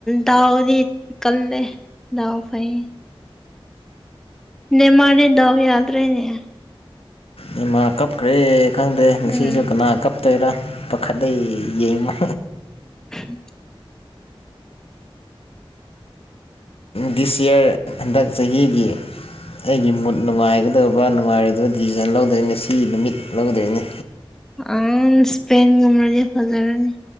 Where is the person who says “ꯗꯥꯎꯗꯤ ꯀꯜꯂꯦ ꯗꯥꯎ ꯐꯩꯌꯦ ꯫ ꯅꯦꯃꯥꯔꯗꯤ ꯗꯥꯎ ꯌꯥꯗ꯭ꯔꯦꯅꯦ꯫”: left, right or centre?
Centre